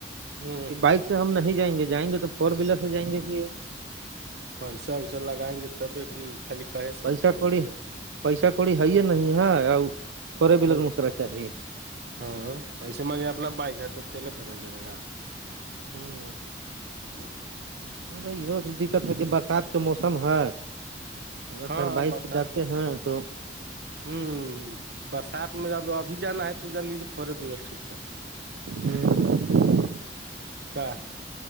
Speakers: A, on the right; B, on the right.
A: ہوں
B: کہ بائک سے ہم نہیں جائیں گے جائیں گے تو فور ویلر سے جائیں گے کہ
A: پیسہ ویسا لگائیں گے تبھی کی خالی کہے سے
B: پیسہ
A: ہو جائے گا
B: کوڑی
A: منہ سے
B: پیسا کوڑی ہے ہے نہیں ہے تھورے
A: او۔
B: ویلر کرا چاہیے
A: ہاں ایسے میں اپنا بائک ہے تو تیلے بھرنا جائےے گا
B: ہوں
A: ہوں
B: ہمے یہ دقت ہے کہ برسات کے موسم ہے اگر
A: ہاں
B: سر بائک
A: برسات
B: سے جاتے
A: میں
B: ہیں تو
A: ہوں برسات میں جب ابھی جانا ہے تو جان لیجیے پے ب ٹھیک ہے
B: ہوں
A: کا